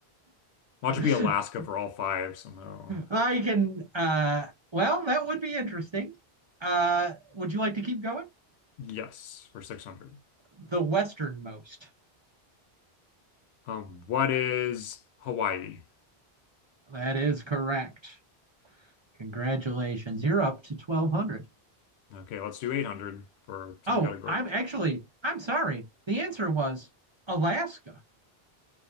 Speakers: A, on the left; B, on the right.
A: Watch
B: <laughs>
A: it be Alaska for all five somehow.
B: I can uh well, that would be interesting. Uh would you like to keep going?
A: Yes, for 600.
B: The westernmost.
A: Um, what is Hawaii?
B: That is correct. Congratulations. You're up to 1200.
A: Okay, let's do 800 for
B: Oh,
A: same category.
B: I'm actually, I'm sorry. The answer was Alaska.